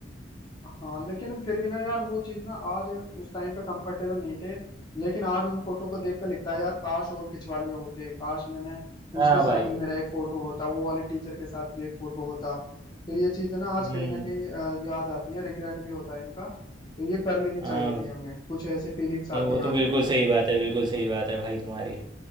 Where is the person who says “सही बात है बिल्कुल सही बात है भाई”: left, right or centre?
Right